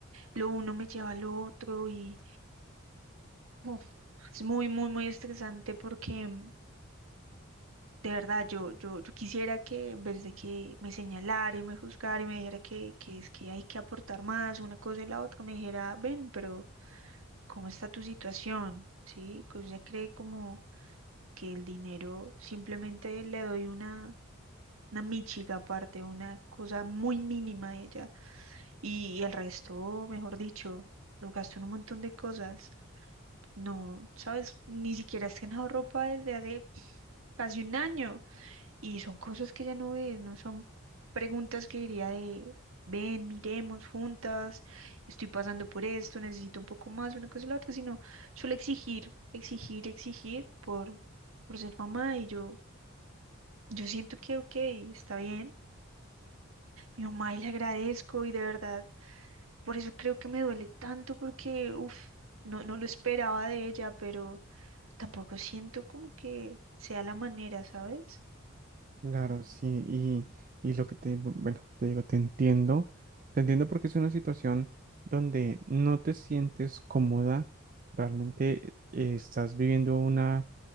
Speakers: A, on the right; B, on the right.
A: lo uno me lleva al otro y uf, es muy, muy, muy estresante porque mm, de verdad yo, yo, yo quisiera que en vez de que me señalara y me juzgara y me dijera que, que es que hay que aportar más una cosa y la otra, me dijera, ven, pero ¿cómo está tu situación? ¿Sí? Que usted cree como que el dinero simplemente le doy una, una míchiga aparte, una cosa muy mínima a ella y, el resto, mejor dicho, lo gasto en un montón de cosas. No, sabes, ni siquiera has ganado ropa desde hace casi un año y son cosas que ya no ves, no son preguntas que diría de... Ven, miremos juntas, estoy pasando por esto, necesito un poco más, una cosa y la otra, sino solo exigir, exigir, exigir por, por ser mamá y yo yo siento que, ok, está bien. Mi mamá y le agradezco y de verdad, por eso creo que me duele tanto porque, uff, no, no lo esperaba de ella, pero tampoco siento como que sea la manera, ¿sabes?
B: Claro, sí, y, y lo que te digo, bueno, te digo, te entiendo, te entiendo porque es una situación donde no te sientes cómoda, realmente eh, estás viviendo una,